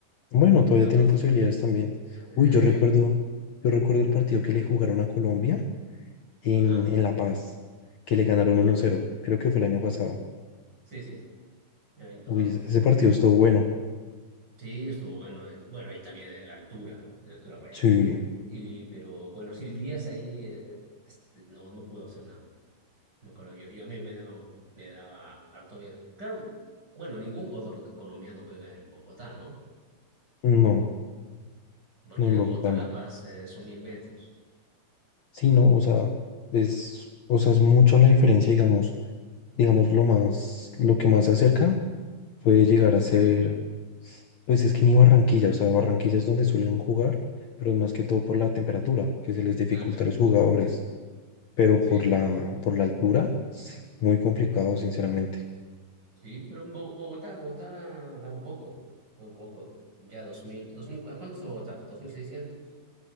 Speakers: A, on the left; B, on the right.
A: Bueno, todavía
B: Empatados.
A: tienen posibilidades
B: eh,
A: también.
B: eh,
A: Uy, yo recuerdo, yo recuerdo el partido
B: ¿mm?
A: que le jugaron a Colombia en,
B: Ajá,
A: en La Paz, que le ganaron
B: ajá.
A: uno cero. Creo que fue el año pasado.
B: Sí, sí. El año pasado.
A: Uy, ese ese partido estuvo bueno.
B: Sí, estuvo bueno. eh, Bueno, y también en la altura, en la altura juega.
A: Sí,
B: Y, pero bueno, sí, el Díaz ahí eh, este, no, no pudo hacer nada. Me acuerdo yo. Yo a mí me daba, me daba harto miedo. Claro, bueno, ningún jugador de- colombiano juega en Bogotá, ¿no?
A: no,
B: Porque
A: no en
B: de
A: Bogotá
B: Bogotá a
A: no.
B: La Paz eh, son mil metros.
A: Sí, no, o sea, es, o sea, es mucha la diferencia, digamos, digamos, lo más, lo que más se acerca puede
B: Ujú.
A: llegar a ser, pues es que ni Barranquilla, o sea, Barranquilla es donde suelen jugar, pero es más que todo por la temperatura, que se les dificulta
B: Ah, claro.
A: a los jugadores. pero
B: Sí,
A: por la, por la altura, muy complicado, sinceramente.
B: sí, pero en Bo- Bogotá, Bogotá da un poco, da un poco. Ya dos mil, dos mil, ¿cu- ¿cuánto está Bogotá? ¿Dos mil seiscientos?